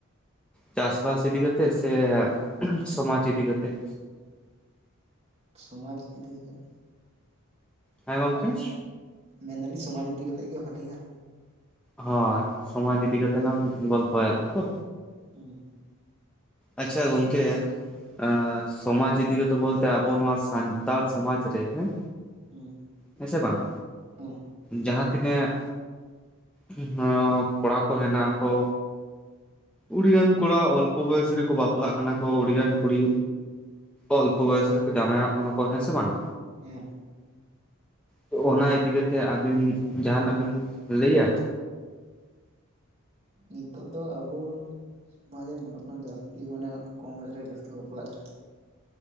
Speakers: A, in the centre; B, on the right.
A: ᱪᱟᱥ ᱵᱟᱥ ᱤᱫᱤ ᱠᱟᱛᱮᱜ ᱥᱮ ᱥᱚᱢᱟᱡᱽ ᱤᱫᱤ ᱠᱟᱛᱮᱜ
B: ᱥᱚᱢᱟᱡᱽ ᱤᱫᱤ ᱠᱟᱛᱮᱫ
A: ᱦᱮᱸ ᱜᱚᱝᱠᱮ
B: ᱢᱮᱱ ᱫᱟᱞᱤᱧ ᱥᱚᱢᱟᱡᱽ ᱤᱫᱤ ᱠᱟᱛᱮᱜ ᱜᱮ ᱵᱷᱟᱞᱮᱭᱟ
A: ᱦᱚᱭ ᱥᱚᱢᱟᱡᱽ ᱤᱫᱤ ᱠᱟᱛᱮᱜ ᱞᱟᱝ ᱜᱚᱞᱯᱷᱚᱭᱟᱞᱟᱝ ᱛᱚ
B: ᱦᱩᱸ
A: ᱟᱪᱪᱷᱟ ᱜᱚᱢᱠᱮ ᱟᱸᱻ ᱥᱚᱢᱟᱡᱽ ᱤᱫᱤ ᱠᱟᱛᱮ ᱵᱚᱞᱛᱮ ᱟᱵᱚ ᱱᱚᱣᱟ ᱥᱟᱱᱛᱟᱲ ᱥᱚᱢᱟᱡᱽ ᱨᱮ ᱦᱮᱸ
B: ᱦᱩᱸ
A: ᱦᱮᱸ ᱥᱮ ᱵᱟᱝ
B: ᱦᱩᱸ
A: ᱡᱟᱸᱦᱟ ᱛᱤᱱᱟᱹᱜ ᱦᱮᱸ, ᱠᱚᱲᱟ ᱠᱚ ᱦᱮᱱᱟᱜ ᱠᱚ
B: ᱦᱩᱸ
A: ᱩᱰᱤᱜᱟᱱ ᱠᱚᱲᱟ ᱚᱞᱯᱚ ᱵᱚᱭᱮᱥ ᱨᱮᱠᱚ ᱵᱟᱯᱞᱟᱜ ᱠᱟᱱᱟ ᱠᱚ ᱩᱰᱤᱜᱟᱱ ᱠᱩᱲᱤ ᱚᱞᱯᱚ
B: ᱦᱩᱸ
A: ᱵᱚᱭᱚᱥ ᱨᱮᱠᱚ ᱡᱟᱶᱟᱭᱚᱜ ᱠᱟᱱᱟ ᱠᱚ ᱦᱮᱸᱥᱮ ᱵᱟᱝ
B: ᱦᱮᱸ
A: ᱛᱚ ᱚᱱᱟ ᱤᱫᱤ ᱠᱟᱛᱮᱜ ᱟᱹᱵᱤᱱ ᱡᱟᱸᱦᱟᱱᱟᱜ ᱵᱤᱱ ᱞᱟᱹᱭᱟ
B: ᱱᱤᱛᱳᱜ ᱫᱚ ᱟᱵᱚ ᱚᱱᱟᱜᱮ ᱧᱮᱞᱚᱜ ᱠᱟᱱᱟ ᱡᱟᱥᱛᱤ ᱢᱟᱱᱮ ᱠᱚᱢ ᱵᱚᱭᱚᱥ ᱨᱮ ᱜᱮ ᱡᱟᱥᱛᱤ ᱠᱚ ᱵᱟᱯᱞᱟᱜ ᱠᱟᱱᱟ